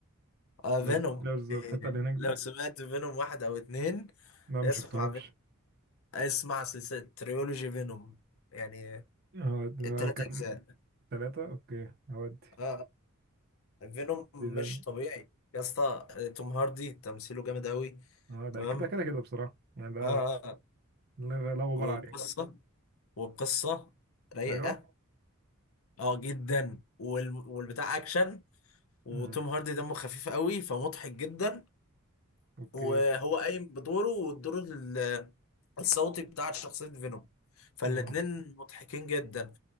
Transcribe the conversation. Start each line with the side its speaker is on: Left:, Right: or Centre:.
Left: آه،
Right: والافينجرز
Left: فينوم إيه،
Right: والحتة اللي هناك دي
Left: لو سمعت فينوم واحد او اتنين
Right: لا ما
Left: اسمع
Right: شفتهمش
Left: فينوم اسمع سلسلة تريولوجي فينوم يعني
Right: هو ده
Left: التلات
Right: كام
Left: اجزاء
Right: ثلاثة اوكي هودي
Left: اه آه. فينوم مش
Right: ديفين
Left: طبيعي يا اسطى توم هاردي تمثيله جامد قوي
Right: اه ده
Left: تمام
Right: كده كده كده بصراحة يعني ده
Left: اه اه آه.
Right: لا لا غبار
Left: والقصه
Right: عليه
Left: والقصه رايقه
Right: حلوة
Left: اه جدا وال... والبتاع اكشن وتوم
Right: مم.
Left: هاردي دمه خفيف قوي فمضحك جدا
Right: اوكي
Left: وهو قايم بدوره والدور ال- الصوتي بتاع شخصيه فينوم فالاتنين
Right: اه
Left: مضحكين جدا